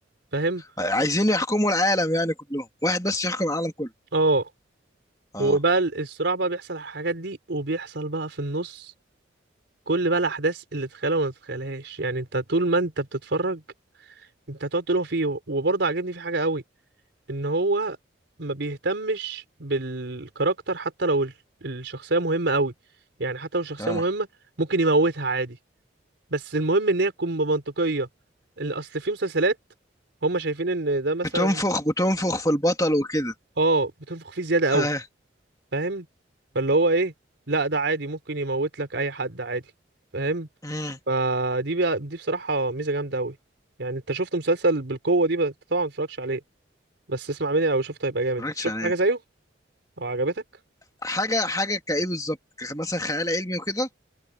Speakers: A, on the right (about 65°); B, on the left (about 20°).
A: فاهم
B: عايزين يحكموا العالم يعني كلهم واحد بس يحكم العالم كله
A: اه
B: اه
A: وبقى ال- الصراع بقى بيحصل على الحاجات دي وبيحصل بقى في النص كل بقى الاحداث اللي تتخيلها وما تتخيلهاش يعني انت طول ما انت بتتفرج انت هتقعد تقول هو فيه و- وبرضه عاجبني في حاجه قوي ان هو ما بيهتمش بالكاركتر حتى لو ال- الشخصيه مهمه قوي يعني حتى لو الشخصيه
B: اه
A: مهمه ممكن يموتها عادي بس المهم ان هي تكون منطقيه اللي اصل في مسلسلات هم شايفين ان ده مثلا
B: بتنفخ بتنفخ في البطل وكده
A: اه بتنفخ فيه زياده
B: <laughs>
A: قوي فاهم فاللي هو ايه لا ده عادي ممكن يموت لك اي حد عادي فاهم
B: امم
A: فدي بقى دي بصراحه ميزه جامده قوي يعني انت شفت مسلسل بالقوه دي بس طبعا ما اتفرجش عليه بس اسمع مني لو شفته هيبقى
B: متفرجتش
A: جامد انت شفت
B: عليه
A: حاجه زيه او عجبتك
B: حاجة حاجة كايه بالظبط ك- مثلا خيال علمي وكده